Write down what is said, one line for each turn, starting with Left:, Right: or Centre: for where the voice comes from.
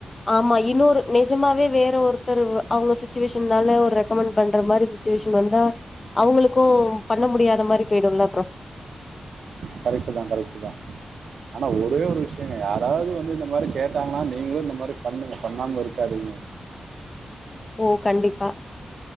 Left: ஆமா இன்னொரு நெஜமாவே வேற ஒருத்தர் அவுங்க சிச்சுவேஷன் இன்னால்ல ஒரு ரெக்கமண்ட் பண்ற மாரி சுச்சுவேஷன் வந்தா அவுங்களுக்கும் பண்ண முடியாத மாரி போயிடும்ல அப்புறோ
Right: கரெக்ட்டுதா கரெக்ட்டுதா ஆனா ஒரே ஒரு விஷயங்க யாராவது வந்து இந்த மாரி கேட்டாங்கன்னா நீங்களும் இந்த மாரி பண்ணுங்க பண்ணாம இருக்காதீங்க
Left: ஓ கண்டிப்பா